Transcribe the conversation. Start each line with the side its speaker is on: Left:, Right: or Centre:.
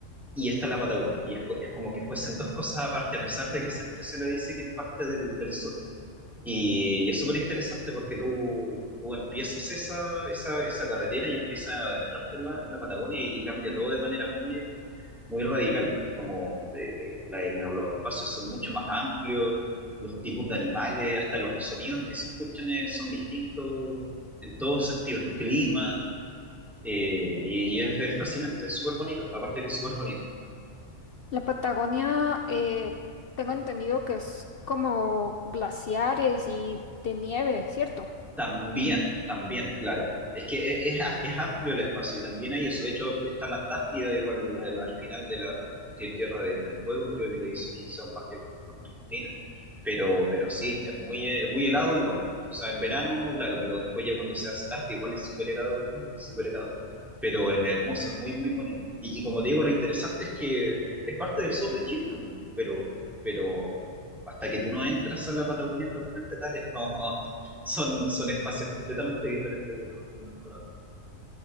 Centre: y está la Patagonia. Y es, co- es como que fuesen dos cosas aparte, a pesar de que siempre se le dice que es parte del, del sur. Y, y es súper interesante porque tú, tú empiezas esa, esa, esa carretera y empiezas a adentrarte en la, en la Patagonia y, y cambia todo de manera muy, muy radical. Como el- el- la- los espacios son mucho más amplios, los tipos de animales, hasta los sonidos que se escuchan eh, son distintos en todos sentidos, el clima, eh, y, y es, es fascinante, es súper bonito, aparte que es súper bonito.
Left: la Patagonia, eh, tengo entendido que es como glaciares y de nieve, ¿cierto?
Centre: También, también, claro. Es que es, es a- es amplio el espacio y también hay eso. De hecho, está la Antártida igual al, al final de la tie- Tierra de- del Fuego, creo que le hizo, hizo parte con, con Argentina. Pero, pero sí, es muy, eh, es muy helado igual. O sea, en verano, claro, pero después ya cuando se hace tarde igual es súper helado, es súper helado. Pero es hermoso, es muy, muy bonito. Y, y como te digo, lo interesante es que es parte del sur de Chile también, pero, pero hasta que tú no entras a la Patagonia propiamente tal, es como son, son espacios completamente diferentes unos, unos con otros.